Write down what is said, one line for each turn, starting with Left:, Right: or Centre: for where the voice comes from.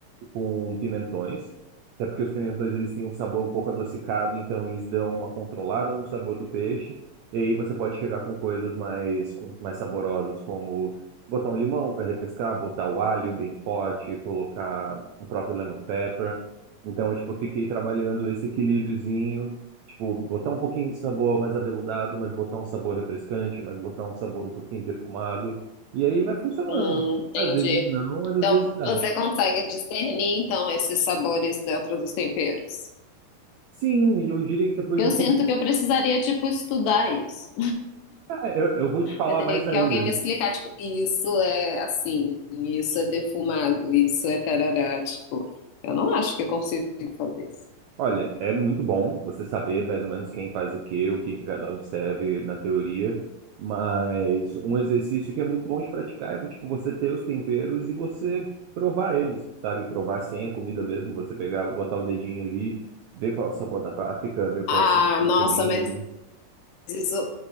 Right: com pimentões, até porque os pimentões eles têm um sabor um pouco adocicado, então eles dão uma controlada no sabor do peixe. E aí você pode chegar com coisas mais, com- mais saborosas, como botar um limão para repescar, botar o alho bem forte, colocar o próprio lemon pepper. Então, eu, tipo, fiquei trabalhando esse equilíbriozinho, tipo, botar um pouquinho de sabor mais aveludado, mas botar um sabor refrescante, mas botar um sabor um pouquinho defumado. E aí vai funcionando.
Left: Hum, entendi.
Right: Às vezes não, mas às
Left: Então,
Right: vezes dá.
Left: você consegue discernir, então, esses sabores dentro dos temperos.
Right: Sim, eu diria que depois
Left: Eu
Right: de um
Left: sinto
Right: tempo.
Left: que eu precisaria, tipo, estudar isso.
Right: Ah, eu, eu vou te falar
Left: Eu teria
Right: mais
Left: que
Right: ainda.
Left: alguém me explicar, tipo, isso é assim, isso é defumado, isso é tarará, tipo, eu não acho que eu consigo fazer isso.
Right: Olha, é muito bom você saber mais ou menos quem faz o quê, o que que cada um serve na teoria, mas um exercício que é muito bom de praticar é tipo você ter os temperos e você provar eles, sabe? Provar sem a comida mesmo, você pegar, botar o dedinho ali, ver qual é o sabor da páprica, ver qual
Left: Ah,
Right: é o sabor do
Left: nossa,
Right: cominho.
Left: mas isso,